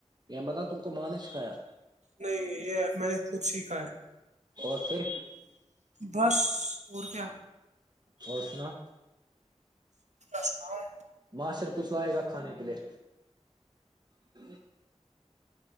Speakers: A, on the right (about 35°); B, on the right (about 85°).
A: متب تم کو ماں نے سکھایا
B: نہیں یہ میں نے خود سیکھا ہے
A: اور پھر
B: بس اور کیا
A: اور سنا
B: سناالا
A: ماںشر کچھ لائے گا کھانے کے لیے <inaudible>